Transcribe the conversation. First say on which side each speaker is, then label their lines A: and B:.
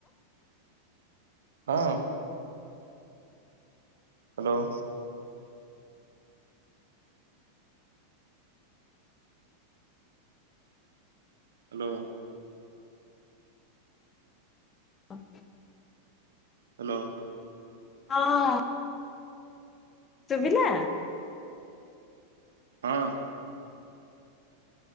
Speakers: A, on the right; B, on the left.
A: ହଁ। ହ୍ୟାଲୋ। ହ୍ୟାଲୋ।
B: ହଁ।
A: ହ୍ୟାଲୋ।
B: ହଁ। ଶୁଭିଲା?
A: ହଁ।